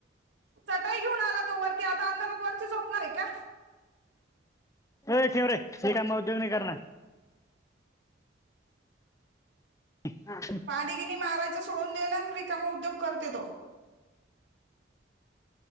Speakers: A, on the right; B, on the left.
A: चटाई घेऊन आला तो वरती, आता अंधारात वरती झोपणार ए का?
B: ए ठेव रे,, रीकामं उद्योग नही करणार. हा <unintelligible>
A: <unintelligible> माराचं सोडून दिलं, आणि रिकामे उद्योग करतोय तो